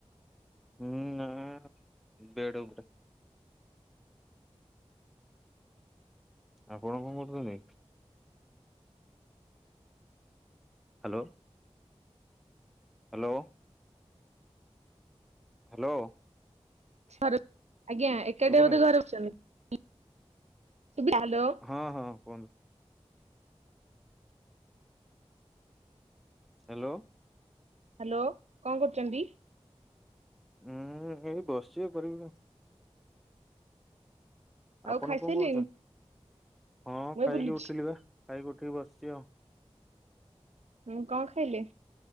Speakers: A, in the centre; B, on the right.
A: ହୁଁ ନାଁ ବେଢ଼୍ ଉପରେ। ଆଉ କଣ କରୁଚନ୍ତି। ହ୍ୟାଲୋ। ହ୍ୟାଲୋ। ହ୍ୟାଲୋ।
B: ଆଜ୍ଞା। ଏକାଠ
A: ଶୁଭୁନି
B: ବୋଧେ ଘରେ ବସିଛନ୍ତି। ଶୁଭିଲା ହ୍ୟାଲୋ।
A: ହଁ, ହଁ। କୁହନ୍ତୁ ହ୍ୟାଲୋ।
B: ହ୍ୟାଲୋ। କଣ କରୁଚନ୍ତି।
A: ହୁଁ। ଏଇ ବସିଛି ଆଉ କରିବି କଣ।
B: ଆଉ
A: ଆପଣ
B: ଖାଇସାରିଲେଣି
A: କଣ କରୁଚନ୍ତି। ହଁ
B: ମୁଁ ଏଇ
A: ଖାଇକି
B: ବୁଲୁଛି
A: ଉଠିଲି ବା ଖାଇକି ଉଠିକି ବସିଚି ଆଉ।
B: ହଁ। କଣ ଖାଇଲେ?